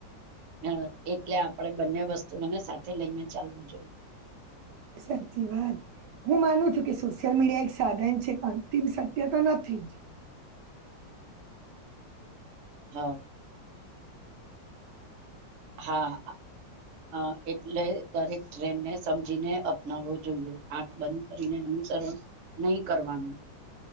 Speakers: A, on the right; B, on the right.
A: હ એટલે આપડે બંને વસ્ત મને સાથે લઈને ચાલવું જોઈએ.
B: સાચી વાત. હું માનું છું કે સોશિયલ મીડિયા એક સાધન છે અંતિમ સત્ય તો નથી જ.
A: હા. હા આ. અ એટલે દરેક ટ્રેનને સમજીને અપનાવવો જોઈએ આંખ બંધ કરીને. અનુસરણ નહી કરવાનું.